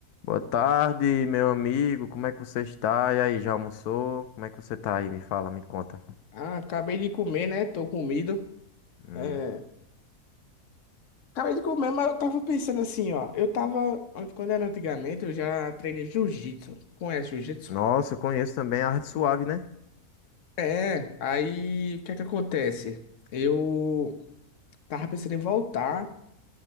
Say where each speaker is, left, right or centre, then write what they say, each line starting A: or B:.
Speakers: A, on the left (about 80°); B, on the left (about 55°).
A: Boa tarde, meu amigo. Como é que você está? E aí, já almoçou? Como é que você tá aí? Me fala, me conta.
B: Ah, acabei de comer, né? Tô comido.
A: Hum.
B: É, acabei de comer, mas eu tava pensando assim, ó. Eu tava, ant- quando era antigamente, eu já treinei jiu-jitsu. Conhece jiu-jitsu?
A: Nossa, eu conheço também a Arte Suave, né?
B: É, aí o que é que acontece? Eu tava pensando em voltar,